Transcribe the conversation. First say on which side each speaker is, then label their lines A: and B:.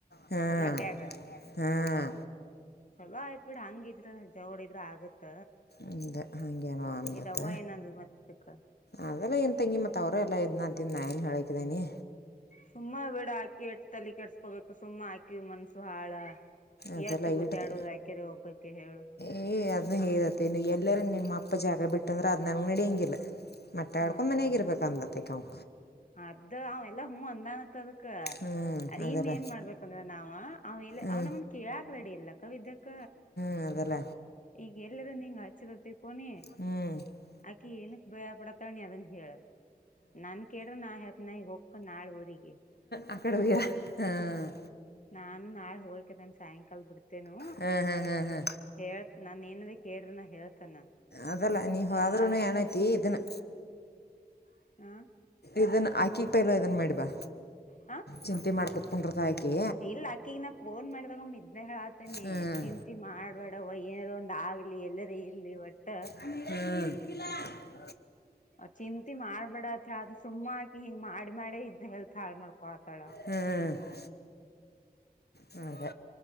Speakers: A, on the left; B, on the left.
A: ಹಾಂ
B: ಮಡ್ಯಾಗ
A: ಹಾಂ
B: ಚಲೋ ಆಯ್ತ್ ಬಿಡ ಹಂಗಿದ್ರ ಜವಡ ಇದ್ರ ಆಗತ್ತ
A: ಅಂದೆ ಹಾಗೇನೋ ಅಂದತ್ತ
B: ಇದ ಅವ್ವ ಏನಂದ ಮತ್ತಕ್ಕ
A: ಅದೆಲ್ಲ ಏನ್ ತಂಗಿ ಮತ್ ಅವರು ಎಲ್ಲ ಇದ್ನ್ ನಾ ನ್ ಹೇಳಕಿದ್ದೇನಿ
B: ಸುಮ್ಮ ವಿಡ ಹಾಕಿ ಎಟ್ಟ ತಲ್ಲಿ ಕೆಡಸ್ಕೋಬೇಕು ಸುಮ್ಮ್ ಹಾಕಿ ಕಿವ ಮನ್ಸು ಹಾಳ
A: ಅದೆಲ್ಲ
B: ಎಟ್ಟು ಗೂತ
A: ಇಟ್ದೆ
B: ಆಡುದು ಯಾಕರಿ ಒಬ್ಬಕ್ಕೆ ಹೇಳು
A: ಏ ಅದನ್ನು ಹೇತ್ತತಿ ಇ ನೀ ಎಲ್ಲರ ನಿಮ್ಮ ಅಪ್ಪ ಜಾಗ ಬಿಟ್ಟಂದ್ರೆ ಅದು ನನಗೆ ನಡಿ ಹಂಗಿಲ್ಲ ಮಟ್ಟೆ
B: ಹ್ಮ
A: ಆಡ್ಕೊಂಡು ಮನಯಾಗಿ ಇರ್ಬೇಕ ಅನ್ಲತ್ತಕ್ಕಾವು
B: ಅದು ಅವ ಎಲ್ಲಾ ಹ <inaudible> ಅಂದಾನತ್ ಅಕ್ಕ
A: ಹ್ಞೂ ಅದೆಲ್ಲ
B: ಇನ್ ಏನ್ ಮಾಡ್ಬೇಕಂದ್ರ ನಾವ ಅವಲ್ಲ
A: ಹ್ಞೂ
B: ಅವ್ನಮ್ಮನ್ ಕೇಳಾಕ್ ರೆಡಿ ಇಲ್ಲಕ್ಕವಿದ್ದಕ್ಕ
A: ಹ ಅದಲ್ಲ
B: ಈಗ ಎಲ್ಲರೂ ನೀಂಗ ಹಚ್ಚಿರೋ ತಿಕೊಂಡಿ
A: ಹ್ಞೂ
B: ಆಕಿ ಏನ ಭಯಪಡತಣಿ ಅದನ್ ಹೇಳ ನನ್ ಕೆಡ ನ ಹತ್ನ ಒಕ್ಕ ನಾಳ ಹರಿಗೆ
A: ಆ ಕಡೆ ಹೋಗಿಲ್ಲ ಹಾಂ
B: ನಾನು ನಾಳ ಹೋಗಕ ಬನ್ ಸಾಯಂಕಾಲದ ಬಿಡ್ತೇನು
A: ಹಾ ಹಾ ಹಾ ಹಾ
B: ಹೇಳ್ತ ನನ್ ಏನದ ಕೇಳ್ರನ ಹೇಳ್ತ ನಾನನ್
A: ಅದಲ್ಲ ನೀವು ಹ್ರೂ ಏನಾಯತಿ ಇದನ್ನು
B: ಹಾ
A: ಇದನ್ನ ಹಾಕಿ ಪೈಲ ಇದನ್ ಮಾಡಿ ಬಾ
B: ಹ
A: ಚಿಂತೆ ಮಾಡಿ ಕುೂತ್ಕೊಂಡ್ರತ ಹಾಕಿ
B: ಇಲ್ಲ ಆಕಗ ನ ಫೋನ್ ಮಾಡಿದಾಗ ಇದ್ನೆ ತಾನ
A: ಹ್ಮ್
B: ಚಿಂತಿ ಮಾಡ್ಬೇಡವ ಏನಾರ ಒಂದ ಆಗ್ಲಿ ಎಲ್ಲರ ಇರ್ಲಿ ಒಟ್ಟ
A: ಹ್ಮ್
B: ಚಿಂತಿ ಮಾಡ್ಬೇಡತ್ರ ಅ ಸಿಮ್ಮಾಕಿ ಹಿಂಗ್ ಮಾಡಿ ಮಾಡೇ ಇದ್ದಿದ್ ಹೇಳುತ್ತಾಳೆ ಮಾಡ್ಕೊ ಆತಾಳ
A: ಹ್ಮಞ ಹ್ಮ ಹದು